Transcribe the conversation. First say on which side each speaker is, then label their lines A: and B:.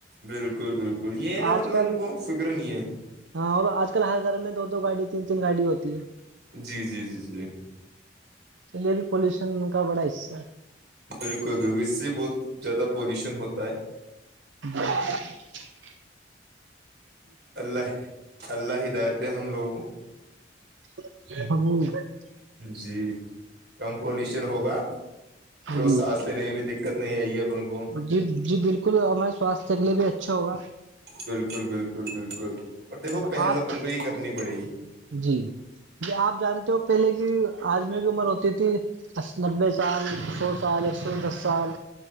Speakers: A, on the right (about 60°); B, on the right (about 80°).
A: بالکل بالکل یہ
B: اب
A: ہے نا
B: آج
A: مطلب
B: کل
A: ان کو فکر نہیں ہے
B: ہاں اور آج کل ہر گھر میں دو دو گاڑی تین تین گاڑی ہوتی ہے
A: جی جی جی جی
B: یہ بھی پولوشن کا بڑا حصہ ہے
A: بالکل بالکل اس سے بہت زیادہ پالوشن ہوتا ہے
B: جی
A: اللہ اللہ ہدایت ہے ہم لوگوں کو
B: ہ
A: جی کم پولیشر ہوگا تو
B: جی
A: سانس لینے کی بھی دقت نہیں آئی ہے اپن کو
B: جی جی بالکل ہمارے سواستھ کے لیے بھی اچھا ہوگا
A: بالکل بالکل بالکل اور دیکھو
B: اب
A: پہل
B: آپ
A: اپن کو یہ کرنی پڑے گی
B: جی جی آپ جانتے ہو پہلے کی آجمی عمر ہوتی تھی نبے سال سو سال ایک سو دس سال